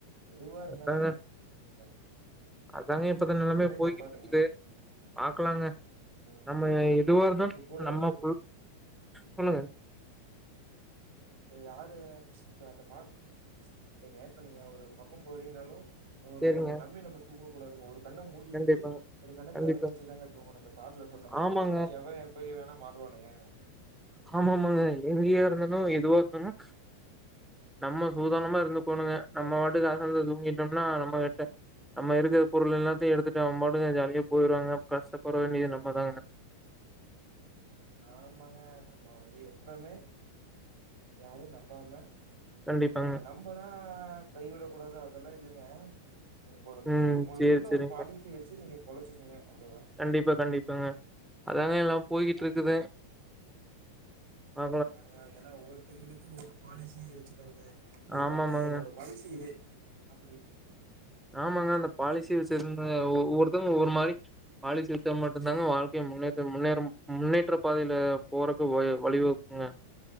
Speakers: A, on the right (about 60°); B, in the centre.
A: எதுவா இருந்தாலுங்க
B: அதாங்க
A: இங்க
B: அதாங்க இப்பத நெலமை போய்கிட்ருக்குது
A: நம்பாதீங்க.
B: பாக்லாங்க
A: ம்.
B: நம்ம எதுவா இருந்து
A: இப்ப கூடவே
B: நம்மகுள் சொல்லுங்க
A: இப்ப யாரு இப்ப அந்த பாட்டுல் இல்லிங்க இப்ப நீங்க ஒரு பக்கம் போறீங்கனாலு ஒருதங்கள
B: சரிங்க.
A: நம்பி நம்ப தூங்ககூடாதுங்க ஒரு கண்ண மூடி வெச்சு
B: கண்டிப்பாங்க,
A: ஒரு கண்ண
B: கண்டிப்பாங்க.
A: தெறந்து வெச்சு தாங்க தூங்கணு அந்த பாட்ல சொன்ன மாரி
B: ஆமாங்க.
A: எனா எவ எப் ப்படி வேணா மாறுவானுங்க
B: ஆமா ஆமாங்க எதிரியா இருந்தாலு எதுவா இருந்தாலு நம்ம சூதானாமா இருந்துக்கோணுங்க நம்ம வாட்டுக்கு அசந்து தூங்கிட்டோம்னா நம்ம கிட்ட நம்ம இருக்கற பொருள் எல்லாத்தையு எடுத்துட்டு அவம்பாட்டுக்கு ஜாலியா போயிருவாங்க அப்ப கஷ்டப்பட வேண்டியது நம்ம தாங்க
A: ஆமாங்க நம்ப வந்து எப்பமே யாரையு நம்பாம
B: கண்டிப்பாங்க
A: இருக்கணுங்க நம்மதா கைவிடக் கூடாது அதெலா இல்லங்க உங்களுக்கு
B: ம்
A: உங்க
B: சேரி
A: இதல
B: சேரிங்க
A: ஒரு பாலிசி வச்சி நீங்க பொழச்சுகிங்க அவ்ளதாங்
B: கண்டிப்பா கண்டிப்பங்க அதாங்க எல்லாம் போய்கிட்ருக்குது
A: ஒவ்வொருத்தங்க
B: அ
A: னாங்க எனா ஒருதங்களுக்கு ஒருப் பாலிசிய வச்சுக்கணுங்க இது
B: ஆமாமாங்க
A: மார்தா என்னோடப் வயசு இதே அப்பிடி
B: ஆமாங்க அந்த பாலிசி வச்சிருந்த ஒவ்வொருத்தவுங்க ஒவ்வொரு மாரி பாலிசி வெச்சா மட்டுந்தாங்க வாழ்க்கைய முன்னேத்த முன்னேற முன்னேற்றப் பாதையில போறக்கு ஓய வழிவகுக்குங்க